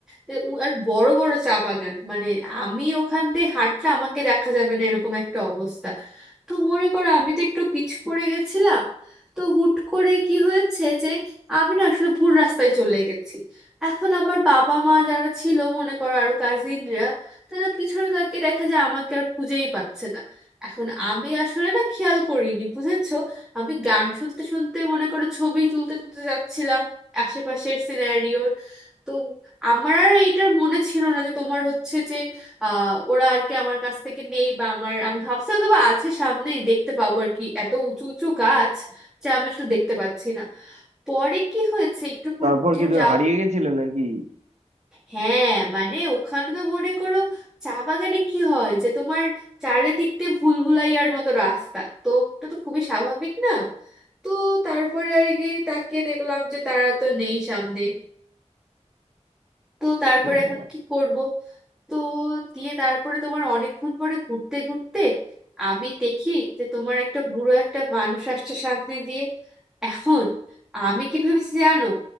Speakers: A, in the centre; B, on the right.
A: যে উ- আর বড় বড় চা বাগান মানে আমি ওখান দিয়ে হাঁটলে আমাকে দেখা যাবে না এরকম একটা অবস্থা তো মনে করো আমি তো একটু পিচ পড়ে গেছিলাম তো হুট করে কি হয়েছে যে আমি না আসলে ভুল রাস্তায় চলে গেছি এখন আমার বাবা মা যারা ছিল মনে করো আরো কাজিনরা তারা পিছনে তাকিয়ে দেখে যে আমাকে আর খুঁজেই পাচ্ছে না এখন আমি আসলে না খেয়াল করিনি বুঝেছো আমি গান শুনতে শুনতে মনে করো ছবি তুলতে তুলতে যাচ্ছিলাম আশেপাশের সিনারিওর তো আমার আর এইটার মনে ছিল না যে তোমার হচ্ছে আহ ওরা আর কি আমার কাছ থেকে নেই বা আমার আমি ভাবছি হয়তো বা আছে সামনেই দেখতে পাবো আর কি এত উঁচু উঁচু গাছ যা আমি আসলে দেখতে পাচ্ছি না পরে কি হয়েছে একটু পুর-
B: তারপর
A: দূর
B: কি তুমি
A: যাও
B: হারিয়ে গেছিলে নাকি
A: হ্যাঁ মানে ওখানে তো মনে করো চা বাগানে কি হয় যে তোমার চারিদিক দিয়ে ভুলভুলাইয়ার মতো রাস্তা তো ওটা তো খুবই স্বাভাবিক না তো তারপরে আর কি তাকিয়ে দেখলাম যে তারা তো নেই সামনে তো তারপরে
B: এ বাবা।
A: এখন কি করব তো দিয়ে তারপরে তোমার অনেকক্ষণ পরে ঘুরতে ঘুরতে আমি দেখি যে তোমার একটা বুড়ো একটা মানুষ আসছে সামনে দিয়ে এখন আমি কি ভেবেছি জানো